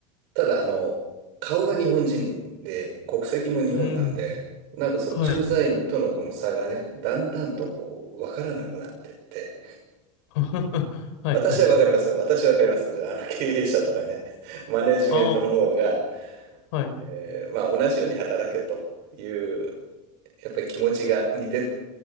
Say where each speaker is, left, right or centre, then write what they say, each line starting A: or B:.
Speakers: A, on the right (about 50°); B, on the left (about 65°).
A: ただ、あの、顔が日本人で、国籍も日本なんで、
B: うん、
A: なんかその駐在員とのこの差がね、
B: はい。
A: だんだんとこう、わからなくなってって、
B: <laughs> はい、
A: 私はわかりますよ。
B: はい。
A: 私はわかりますけど、あの経営者とかね、マネジメントの方が、
B: ああ、はい。
A: えーまあ同じように働けという、やっぱり気持ちが、にで、